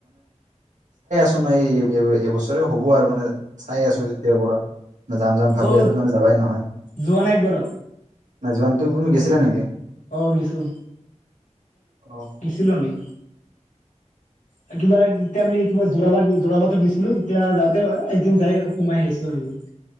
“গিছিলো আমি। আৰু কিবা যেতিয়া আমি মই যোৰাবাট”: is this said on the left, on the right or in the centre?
Left